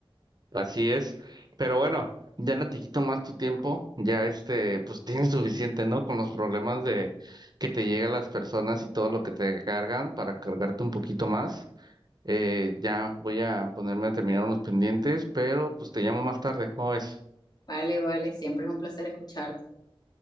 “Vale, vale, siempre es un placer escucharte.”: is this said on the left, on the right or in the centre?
Left